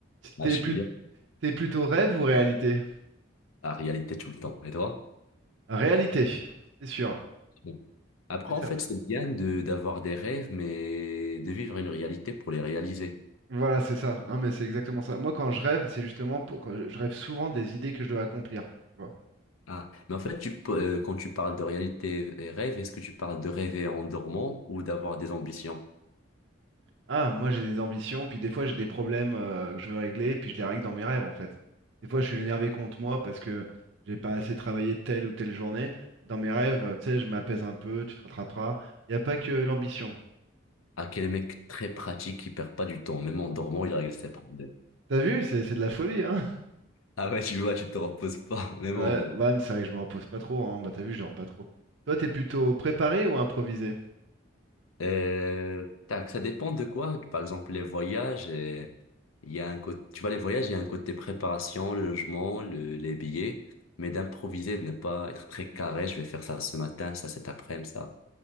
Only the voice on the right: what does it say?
T'es
plus...
t'es plutôt rêve ou réalité?
Réalité, c'est sûr.
C'est ça.
Voilà, c'est ça. Non, mais c'est exactement ça. Moi, quand je rêve, c'est justement pour- quand je je rêve souvent des idées que je dois accomplir. Tu vois.
Ah, moi, j'ai des ambitions, puis des fois, j'ai des problèmes euh, que je veux régler, puis je les règle dans mes rêves, en fait. Des fois, je suis énervé contre moi parce que j'ai pas assez travaillé telle ou telle journée. Dans mes rêves, euh, tu sais, je m'apaise un peu, tu te rattraperas. Il n'y a pas que l'ambition.
T'as vu, c'est c'est de la folie, hein?
Ouais,
ouais, mais c'est vrai que je me repose pas trop, hein. Bah, t'as vu, je dors pas trop. Toi, t'es plutôt préparé ou improvisé?